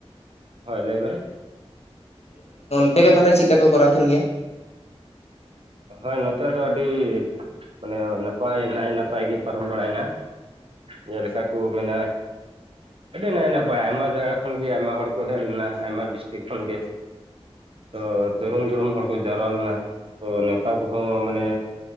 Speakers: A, on the right; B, on the left.
A: ᱦᱳᱭ ᱞᱟᱹᱭ ᱵᱮᱱ?
B: ᱟᱯᱮᱜᱮ ᱛᱟᱦᱚᱞᱮ ᱪᱮᱫ ᱠᱟ ᱯᱮ ᱠᱚᱨᱟᱣ ᱛᱟᱦᱮᱱ ᱜᱮᱭᱟ?
A: ᱦᱚᱭ ᱱᱚᱛᱮ ᱫᱚ ᱟᱹᱰᱤ, ᱢᱟᱱᱮ ᱱᱟᱯᱟᱭ ᱱᱟᱭ ᱱᱟᱯᱟᱭ ᱜᱮ ᱯᱟᱨᱚᱢ ᱵᱟᱲᱟᱭᱮᱱᱟ᱾ ᱡᱮᱞᱮᱠᱟ ᱠᱚ ᱢᱮᱱᱟ? ᱟᱹᱰᱤ ᱱᱟᱭ ᱱᱟᱯᱟᱭ, ᱟᱭᱢᱟ ᱡᱟᱭᱜᱟ ᱠᱷᱚᱱᱜᱮ ᱟᱭᱢᱟ ᱦᱚᱲ ᱠᱚ ᱦᱮᱡ ᱞᱮᱱᱟ ᱟᱭᱢᱟ ᱰᱤᱥᱴᱤᱠ ᱠᱷᱚᱱ ᱜᱮ᱾ ᱛᱚ ᱫᱩᱨᱩᱢ ᱫᱩᱨᱩᱢ ᱦᱚᱲ ᱠᱚ ᱡᱟᱣᱨᱟ ᱞᱮᱱᱟ᱾ ᱛᱚ ᱱᱮᱶᱛᱟ ᱠᱚᱦᱚᱸ ᱢᱟᱱᱮ,